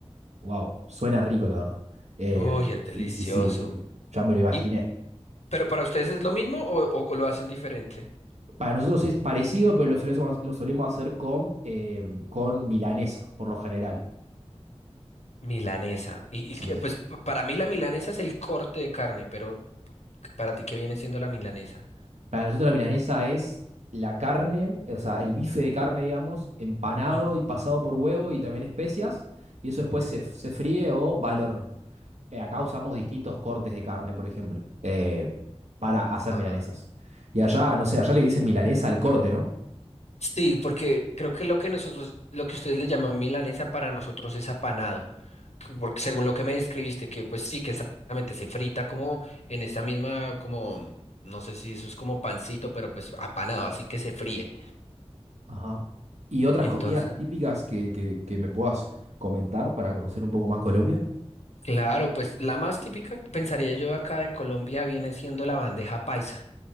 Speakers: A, on the right; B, on the left.
A: Wow, suena rico, la verdad. Em,
B: Uy, es
A: sí,
B: delicioso.
A: sí, sí, sí. Ya me lo imaginé.
B: Y, pero para ustedes es lo mismo o, o lo hacen diferente?
A: Para nosotros es parecido, pero lo solemos, lo solemos hacer con, em, con milanesa, por lo general.
B: Milanesa. Y,
A: Sí.
B: y que, pues p- para mí la milanesa es el corte de carne, pero para ti, ¿qué viene siendo la milanesa?
A: Para nosotros la milanesa es la carne, o sea, el bife de carne, digamos, empanado
B: Ujú.
A: y pasado por huevo y también especias, y eso después se, se fríe o va al horno. Eh, acá usamos distintos cortes de carne, por ejemplo, eh, para hacer
B: Ah,
A: milanesas. Y allá, no sé, allá le dicen milanesa al corte, ¿no?
B: sí, porque creo que lo que nosotros, lo que ustedes le llaman milanesa para nosotros es apanado. que- Porque según lo que me describiste, que pues sí, que esa- prácticamente se frita como en esa misma, como, no sé si eso es como pancito, pero pues apanado, así que se fríe.
A: Ajá. Y otras
B: Entonces,
A: comidas típicas que, que, que me puedas comentar para conocer un poco más Colombia.
B: claro, pues la más típica, pensaría yo acá de Colombia, viene siendo la bandeja paisa.